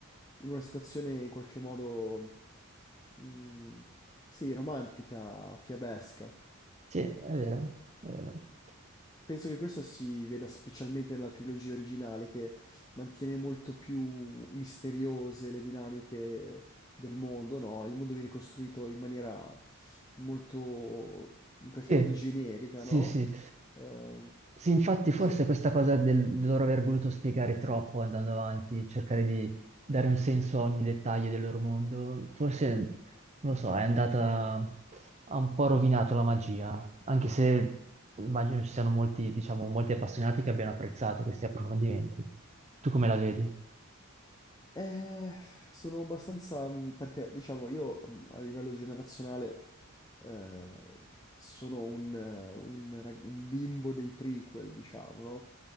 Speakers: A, on the left (about 15°); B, on the right (about 30°).
A: in una situazione in qualche modo, mm, sì, romantica, fiabesca.
B: Sì, è vero, è vero.
A: Penso che questo si veda specialmente nella trilogia originale, che mantiene molto più misteriose le dinamiche del mondo, no? Il mondo viene costruito in maniera molto, in qualche
B: Sì,
A: modo generica,
B: sì,
A: no?
B: sì.
A: Eh,
B: Sì, infatti forse
A: sì.
B: questa cosa del del loro aver voluto spiegare troppo andando avanti, cercare di dare un senso a ogni dettaglio del loro mondo, forse, non lo so, è andata, ha un po' rovinato la magia, anche se immagino ci siano molti, diciamo, molti appassionati che abbiano apprezzato questi approfondimenti. Tu come la vedi?
A: Eh, sono abbastanza, mh, perché diciamo io mh, a livello generazionale eh, sono un, eh, un rag- un bimbo dei prequel, diciamo, no?